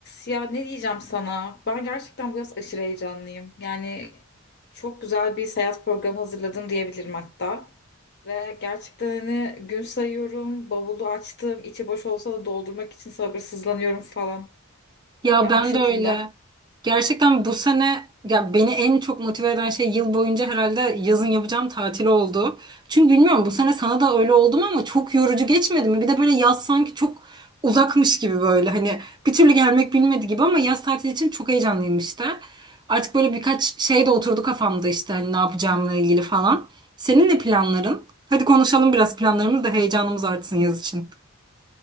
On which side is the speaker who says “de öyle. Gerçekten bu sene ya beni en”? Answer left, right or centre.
Right